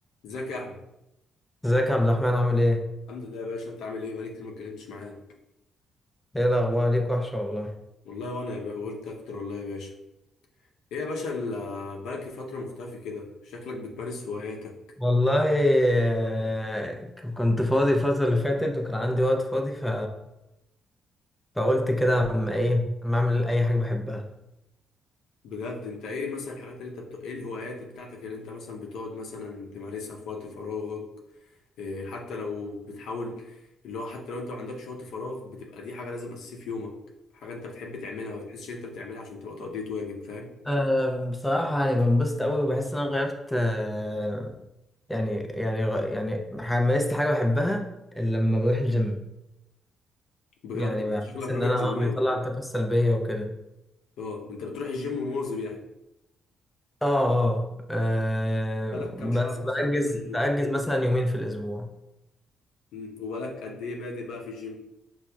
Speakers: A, on the left; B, in the centre.
A: ازيك يا احمد
B: ازيك يا عبد الرحمن عامل ايه؟
A: الحمد لله يا باشا انت عامل ايه بقالي كتير ما اتكلمتش معاك
B: ايه الأخبار ليك وحشة والله
A: والله وانا يا باشا قلت اكتر والله يا باشا ايه يا باشا ال- بقالك فتره مختفي كده شكلك بتمارس هواياتك
B: والله آه، ك- كنت فاضي الفترة اللي فاتت وكان عندي وقت فاضي ف... فقلت كده اما ايه اما اعمل أي حاجة بحبها
A: بجد انت ايه مثلا الحاجات اللي انت بت... ايه الهوايات بتاعتك اللي انت مثلا بتقعد مثلا تمارسها في وقت فراغك إيه حتى لو بتحاول اللي هو حتى لو انت ما عندكش وقت فراغ بتبقى دي حاجه لازم اساسيه في يومك حاجه انت بتحب تعملها ما بتحسش انت بتعملها عشان تبقى تقضية واجب فاهم
B: أه بصراحة يعني بنبسط أوي وبحس إن أنا غيرت آه، يعني يعني غ- يعني ح- مارست حاجة بحبها إلا لما بروح الجيم
A: بجد
B: يعني
A: انت
B: بحس
A: شكلك راجل
B: إن أنا
A: جيماوي
B: اه بيطلع الطاقة السلبية وكده
A: اه انت بتروح الجيم مواظب يعني
B: اه اه آه،
A: بقالك كام شهر
B: بس
A: مثلا
B: بأجز
A: بتروح الجيم
B: بأجز مثلا يومين في الأسبوع
A: امم وبقالك قد ايه بادئ بقى في الجيم